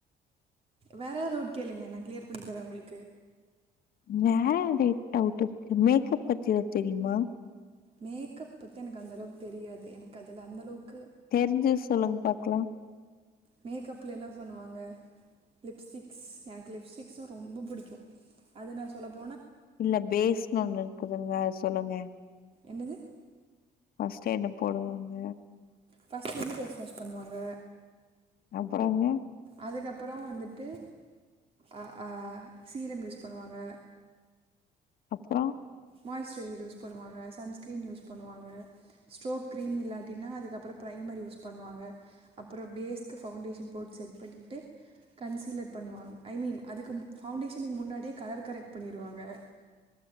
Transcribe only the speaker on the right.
வேற ரூட் கேளுங்க நா கிளியர் பண்ணி தர உங்களுக்கு
மேக்கப் பத்தி எனக்கு அந்தளவுக் தெரியாது எனக் அதுல அந்தளவுக்
மேக்கப்ல என்ன பண்ணுவாங்க லிப்ஸ்டிக்ஸ் எனக்கு லிப்ஸ்டிக்ஸ ரொம்போ புடிக்கு அது நா சொல்ல போ
என்னது
ஃபர்ஸ்ட் வந்து ஃபேஸ் வாஷ் பண்ணுவாங்க
அதுக்கப்புறோ வந்துட்டு ஹ் ஹ் சீரம் யூஸ் பண்ணுவாங்க
மாய்ஸ்சுரைஸர் யூஸ் பண்ணுவாங்க சன்ஸ்கிரீன் யூஸ் பண்ணுவாங்க ஸ்ட்ரோக் கிரீம் இல்லாட்டினா அதுக்கப்புறோ ப்ரைம் மாரி யூஸ் பண்ணுவாங்க அப்புறோ பேஸ்க்கு ஃபவுண்டேஷன் போர்டு செட் பண்ணிட்டு கன்சீலர் பண்ணுவாங்க ஐ மீன் அதுக்கு ஃபவுண்டேஷனுக்கு முன்னாடி கலர் கரெக்ட் பண்ணிடுவாங்க